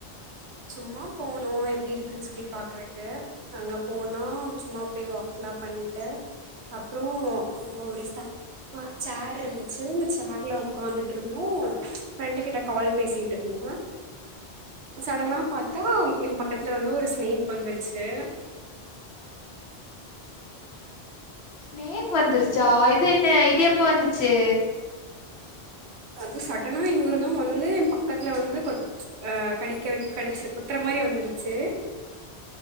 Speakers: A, on the right (about 80°); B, on the left (about 70°).
A: சும்மா போனோம் எப்டி இருக்குன்னு சொல்லி பாக்குறக்கு அங்க போனா சும்மா போய் வாக்லாம் பண்ணிட்டு. அப்றம் அங்க ஒரு சேர் இருந்துச்சு சேர்ல உட்காந்துட்ருந்தோம் ஃப்ரெண்டு கிட்ட கால் பேசிட்டு இருந்தோம். சடனா பாத்தா எ பக்கத்துல வந்து ஒரு ஸ்நேக் வந்துருச்சு
B: ஸ்நேக் வந்துருச்சா இது என்ன இது எப்ப வந்துச்சு
A: அது சடனா எங்கிருந்தோ வந்து என் பக்கத்துல வந்து கொத் அ கடிக்க கடிச்சு கொத்துற மாரி வந்துருச்சு